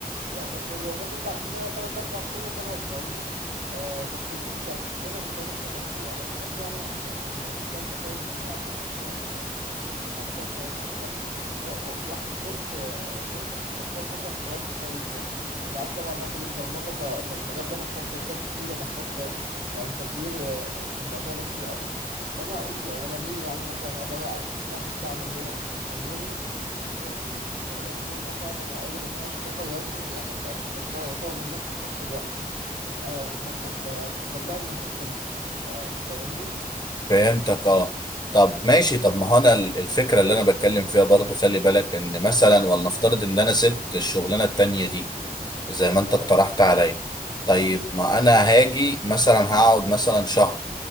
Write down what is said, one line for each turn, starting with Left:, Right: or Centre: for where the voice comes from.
Right: لا بس الاجازه انت عارف انها تلات اربع شهور وخلاص فاهمني آه بس جيت في الاجازه اللي فاتت جربته انا اكتشفت يعني ان ان ملهاش لازمه خالص ان انا يعني اشتغل شغلانتين انا ممكن اشتغل شغلانه و- و- واخد كورس آه، في آه، كورسات مثلا في الوقت الفاضي التاني انت عارف طبعا ان انا كليه برمجه ف- فالمجال ده محتاج كورسات كتير ومحتاج ت- يعني تطوير آه، في الموضوع ده كتير قوي فانا قلت هو انا ليه يعني مثلا اضيع 12 ساعه من يوم من يومي في في في في شغلانتين مثلا انا قادر ان انا اشتغل وادر يعني أد- اشتغل واطور من نفسي في نفس الوقت إد- انا بخ... ب- يعني بفكر لها من الحته دي آه انت فاهمني
Left: فهمتك اه طب ماشي طب ما هو انا ال- الفكره اللي انا بتكلم فيها برضو خلي بالك ان مثلا ولنفترض ان انا سبت الشغلانه التانيه دي زي ما انت
Right: تمام
Left: اقترحت عليا طيب ما انا هاجي مثلا هقعد مثلا شهر